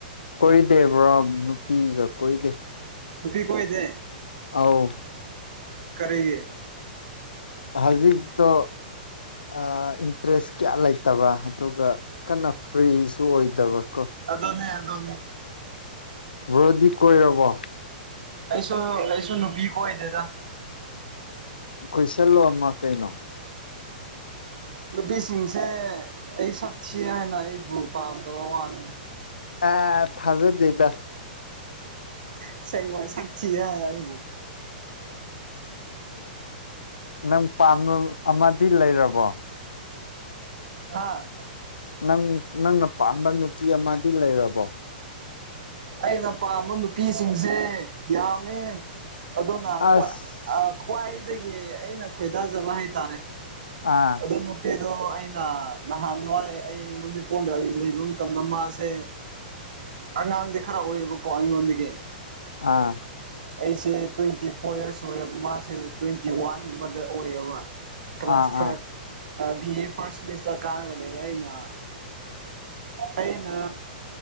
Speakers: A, on the left (about 70°); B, on the right (about 55°).
A: ꯀꯣꯏꯗꯦ ꯕ꯭ꯔꯣ ꯅꯨꯄꯤꯒ ꯀꯣꯏꯗꯦ
B: ꯅꯨꯄꯤ ꯀꯣꯏꯗꯦ
A: ꯑꯥꯎ
B: ꯀꯔꯤꯒꯤ
A: ꯍꯧꯖꯤꯛꯇꯣ ꯑꯥ ꯗ꯭ꯔꯦꯁ ꯀꯌꯥ ꯂꯩꯇꯕ ꯑꯗꯨꯒ ꯀꯟꯅ ꯐ꯭ꯔꯤꯁꯨ ꯑꯣꯏꯗꯕ ꯀꯣ
B: ꯑꯗꯨꯅꯦ ꯑꯗꯨꯅꯤ
A: ꯕꯔꯣꯗꯤ ꯀꯣꯏꯔꯕꯣ
B: ꯑꯩꯁꯨ ꯑꯩꯁꯨ ꯅꯨꯄꯤ ꯀꯣꯏꯗꯦꯗ
A: ꯀꯣꯏꯁꯜꯂꯣ ꯑꯃ ꯀꯩꯅꯣ
B: ꯅꯨꯄꯤꯁꯤꯡꯁꯦ ꯑꯩ ꯁ ꯊꯤ ꯍꯥꯏꯅ ꯑꯩꯕꯨ ꯄꯥꯝꯗꯕ ꯋꯥꯅꯤ
A: ꯑꯦ ꯊꯥꯖꯗꯦꯗ
B: ꯑꯁꯦꯡꯕ ꯁꯛ ꯊꯤ ꯍꯥꯏ ꯑꯩꯕꯨ
A: ꯅꯪ ꯄꯥꯝꯕ ꯑꯃꯗꯤ ꯂꯩꯔꯕꯣ
B: ꯍꯥꯥ
A: ꯅꯪ ꯅꯪꯅ ꯄꯥꯝꯕ ꯅꯨꯄꯤ ꯑꯃꯗꯤ ꯂꯩꯔꯕꯣ
B: ꯑꯩꯅ ꯄꯥꯝꯕ ꯅꯨꯄꯤꯁꯤꯡꯁꯦ ꯌꯥꯝꯃꯦ ꯑꯗꯨꯅ
A: ꯑꯁ
B: ꯈꯋꯥꯏ ꯈ꯭ꯋꯥꯏꯗꯒꯤ ꯑꯩꯅ ꯈꯣꯏꯗꯥꯖꯕ ꯍꯥꯏꯇꯥꯔꯦ
A: ꯑꯥ
B: ꯑ ꯅꯨꯄꯤꯗꯣ ꯑꯩꯅ ꯅꯍꯥꯟꯋꯥꯏ ꯑꯩ ꯃꯅꯤꯄꯨꯔꯗ ꯑꯩ ꯂꯩꯕ ꯃꯇꯝꯗ ꯃꯥꯁ ꯁꯦ ꯑꯉꯥꯡꯗꯤ ꯈꯔ ꯑꯣꯏꯌꯦꯕꯀꯣ ꯑꯩꯉꯣꯟꯗꯒꯤ
A: ꯑꯥ
B: ꯑꯩꯁꯦ ꯇ꯭ꯋꯦꯟꯇꯤ ꯐꯣꯔ ꯏꯔꯁ ꯑꯣꯏꯔꯕ ꯃꯥꯁꯦ ꯇ꯭ꯋꯦꯟꯇꯤ ꯋꯥꯟꯒꯨꯝꯕꯗ ꯑꯣꯏꯌꯦꯕ ꯀ꯭ꯂꯥꯁ
A: ꯑꯥ
B: five
A: ꯑꯥ
B: B A first semester ꯀꯥꯔꯒꯅꯦꯕ ꯑꯩꯅ ꯑꯩ ꯑ